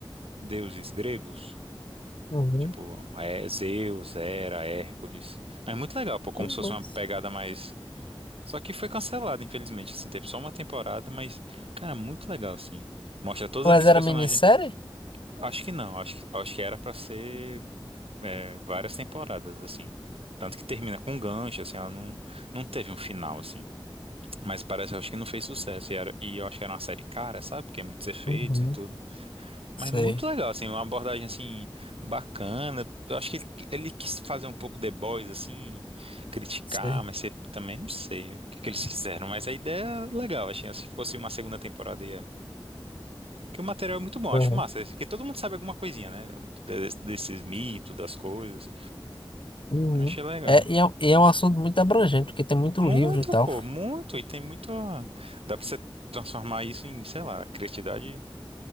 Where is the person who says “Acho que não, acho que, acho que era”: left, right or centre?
Right